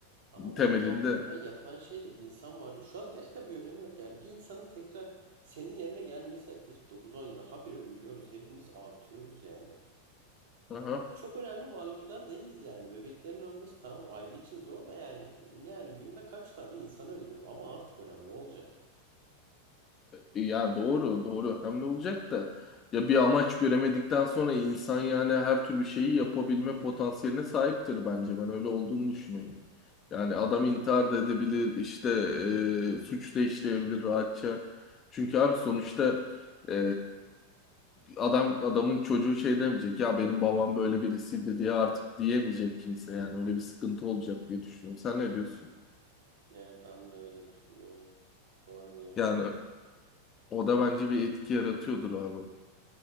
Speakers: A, on the right; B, on the left.
A: Ama onun
B: temelinde.
A: altında yatan şey de insan varlığı. Şu an gerçekten bir önemi yok. Yani bir insanın tekrar senin yerine gelmesi yaklaşık dokuz on yıla. Habire ölüyoruz. Hepimiz artıyoruz yani.
B: Aha.
A: Çok önemli varlıklar değiliz yani. Bebeklerin ölmesi tamam aile için zor da yani. Yani günde kaç tane insan ölüyor? Ama artık önemli olacak.
B: E, ya doğru, doğru önemli olacak da ya bir amaç göremedikten sonra insan yani her türlü şeyi yapabilme potansiyeline sahiptir bence. Ben öyle olduğunu düşünüyorum. Yani adam intihar da edebilir, işte e, suç da işleyebilir rahatça. Çünkü abi sonuçta e, adam adamın çocuğu şey demeyecek ya benim babam böyle birisiydi diye artık diyemeyecek kimse yani öyle bir sıkıntı olacak diye düşünüyorum. Sen ne diyorsun?
A: Yani ben de öyle düşünüyorum. Doğru diyorsun.
B: Yani o da bence bir etki yaratıyordur abi.